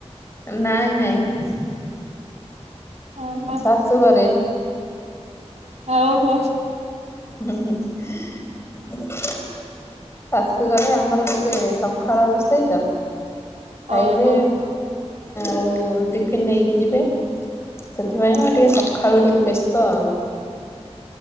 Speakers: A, on the left; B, on the right.
A: ନାଇଁ ନାଇଁ।
B: ଓହୋ
A: ମୋ ଶାଶୁ ଘରେ।
B: ହଉ ହୋ
A: ଶାଶୁଘରେ ଆମର ଟିକେ ସକାଳ ରୋଷେଇ ତ ଖାଇବେ
B: ଓହୋ
A: ଆଉ ଟିଫିନ ନେଇକି ଯିବେ ସେଥିପାଇଁ ହ ଟିକେ ସକାଳୁ ଟିକେ ବ୍ୟସ୍ତ ଆଉ।